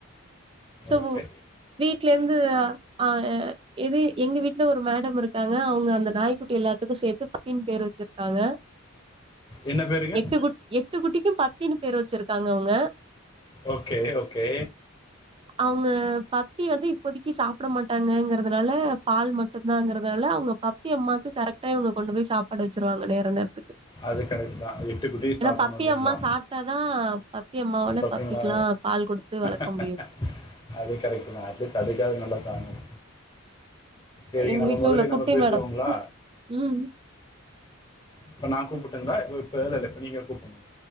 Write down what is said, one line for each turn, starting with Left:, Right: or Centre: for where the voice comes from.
Right: சோ
Left: ஓகே
Right: வீட்ல வந்து அ எது எங்க வீட்ல ஒரு மேடம் இருக்காங்க அவங்க அந்த நாய்க்குட்டி எல்லாத்துக்கு சே பதின் பேர் வெச்சிருக்காங்க
Left: என்ன பேருங்க
Right: எட்டு குட் எட்டு குட்டிக்கு பத்தின் பேர் வெச்சிருக்காங்க அவுங்க
Left: ஓகே ஓகே
Right: அவுங்க ப பத்தி வந்து இப்பொதைக்கு சாப்ட மாட் டாங்கங்கறதுனால பால் மட்டுந்தாங்கறதுனால அவுங்க பப்பி அம்மாக்கு கரெக்டா இவுங்க கொண்டு போய் சாப்பாடு வச்சிருவாங்க நேர நேரத்
Left: அது கரெக்டு தா எட்டு குட்டியு சாப்படணு
Right: பப்பி
Left: இல்லைங்ளா
Right: அம்மா சாப்ட்டா தான், பப்பி அம்மாவால
Left: ஓகேங்ளா
Right: பப்பிக்கலாம் பால் குடுத்து வளக்க
Left: <inaudible>
Right: முடியும்.
Left: அது கரெக்ட் தா அட்லீஸ்ட் அதுக்காது நல்லா தாங்கணு சரிங்க
Right: எங்க
Left: நம்ம
Right: வீட்ல
Left: முரளி
Right: உள்ள
Left: நம்ம
Right: குட்டி
Left: பேசுவோங்ளா
Right: மேடம். ம்.
Left: இப்ப நா கூப்புட்டுங்ளா இப்ப இல்ல இல்ல இப்ப நீங்க கூப்படனு